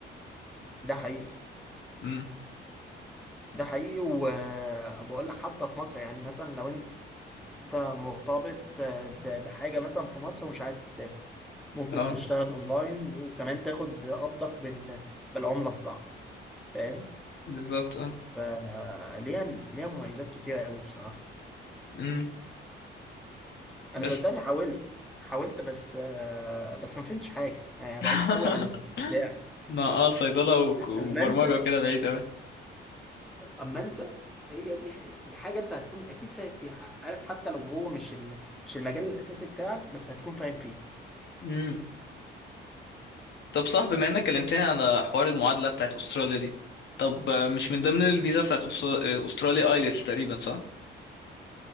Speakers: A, in the centre; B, on the left (about 60°).
A: ده حقيقي
B: امم
A: ده حقيقي وبقول لك حتى في مصر يعني مثلا لو انت مرتبط ب- بحاجه مثلا في مصر ومش عايز تسافر ممكن
B: اه
A: تشتغل اونلاين وكمان تاخد قبضك بال... بالعمله الصعبه فاهم
B: بالظبط
A: فليها ليها مميزات كتيرة قوي بصراحة
B: اه بس
A: أنا صدقني حاولت حاولت بس آه، بس ما فهمتش حاجة آه،
B: <laughs>
A: بعيد قوي عن المجال بتاعي
B: ما اه صيدلة وك- وبرمجة
A: أما أنت
B: وكده بعيد أوي
A: أما أنت هي دي دي حاجة أنت هتكون أكيد فاهم فيها عارف حتى لو هو مش ال... مش المجال الأساسي بتاعك بس هتكون فاهم فيه
B: مم. طب صح بما إنك كلمتني على حوار المعادلة بتاعت أستراليا دي طب آه، مش من ضمن الفيزا بتاعت أسترا- آه، أستراليا آيلتس تقريبا صح